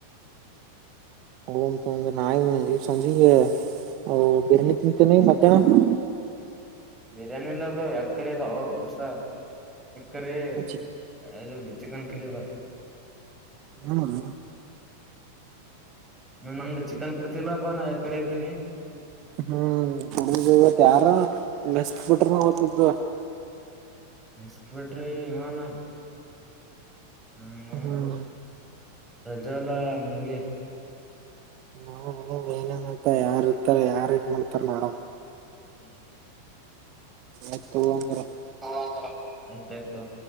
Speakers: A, on the right (about 40°); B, in the centre.
A: ಹೋಗಮ್ ತಗೊ ಅಂಗಾರ ನಾಳಿಗೆ ಸಂಜಿಗ. ಓ ಬಿರಿಯಾನಿ ತಿಂತೇನೆ ಮಧ್ಯಾಹ್ನ.
B: ಬಿರಿಯಾನಿ ಇಲ್ಲ ಅದು ಎಗ್ಕರಿ ಅದಾವ ದೋಸ್ತ. ಕರಿ
A: ಚಿ
B: ಅದು ಚಿಕನ್ ಕರಿ ಆದಾ ಬಾ.
A: ಹ್ಮ.
B: ನೀ ನಂಗ್ ಚಿಕನ್ ಕೊಡ್ತಿಲ್ಲಪ್ಪಾ ನಾ ಎಗ್ ಕರಿ ಹಾಕಿನಿ.
A: ಹ್ಮ್ ಇವತ್ತು ಯಾರ ನಷ್ಟ ಬಿಟ್ರ <inaudible>
B: ಮೆಸ್ಕ್ ಬಿಟ್ರಿ ವಿಮಾನ ಹುಂ.
A: ಹ್ಮ್
B: ಪ್ರಜಾ ಅಲಾ ಮುಳಗೆ.
A: ನ ಏನನ್ತ ಯಾರ್ ಇರ್ತಾರ ಯಾರ್ ಇದು ಮಾಡ್ತಾರ ನೋಡಮ್.
B: ಹ್ಮ್.
A: ಆಯ್ತ್ ತಗೊ ಅಂಗಾರ.
B: ಹ ಆಯ್ತಾಯ್ತು ತೊ.